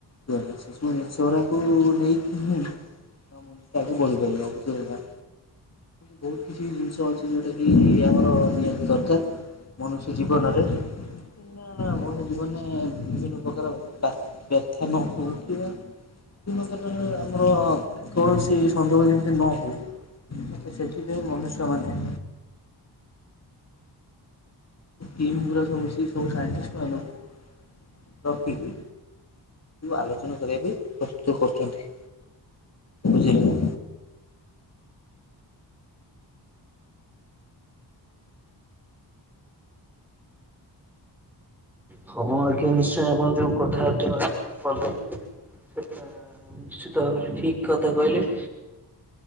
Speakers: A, on the left (about 35°); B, in the centre.
A: <unintelligible> ସେଗୁଡାକୁ ନେଇକି ହିଁ ମୁଁ ତାକୁ <unintelligible> ବୁଝିଇଲ୍ ନା। ବହୁତ କିଛି ଜିନିଷ ଅଛି ଯୋଉଟା କି ଆମର ନିହାତି ଦରକାର। ମନୁଷ୍ୟ ଜୀବନରେ। ଜୀବନରେ ବିଭିନ୍ନ ଉପକାରର ବା ବ୍ୟଥାନ ହୋଉଥିବା କିନଗରରେ ଆମର ଅ କୌଣସି ସଂଯୋଗ ଯେମତି ନ ହଉ। ତ ସେଥିପାଇଁ ମନୁଷ୍ୟମାନେ ଟିମ୍ ପୁରା ସବୁ ମିଶିକ୍ ସବୁ ସାଇଣ୍ଟିଷ୍ଟ୍ ମାନଙ୍କୁ ରଖିକି ଆଲୋଚନା କରିବା ପାଇଁ ପ୍ରସ୍ତୁତ କରୁଛନ୍ତି। ବୁଝିଲେ?
B: ହଁ ଆଜ୍ଞା ନିଶ୍ଚୟ ଆପଣ ଯୋଉ କଥାର୍ଟା କଲେ <unintelligible> ହଁଁ। ନିଶ୍ଚିତ ଭାବରେ ଠିକ୍ କଥା କହିଲେ।